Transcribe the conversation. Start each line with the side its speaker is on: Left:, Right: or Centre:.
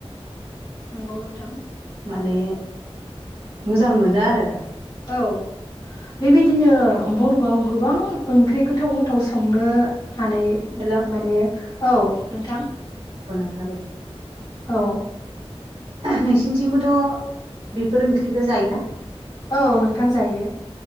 Left: नोंगौ नोंथां।
Right: माने मोजां मोनो आरो।
Left: औ बेबायदिनो बर'आव गोबां ओंख्रि गोथाव गो थाव संनो हानाय
Right: हेल'
Left: माने औ नोंथां।
Right: औ नोंथां दे।
Left: औ
Right: नोंसिनिथिंबोथ' बेफोर ओंख्रिखौ जायोना?
Left: औ नोंथां जायो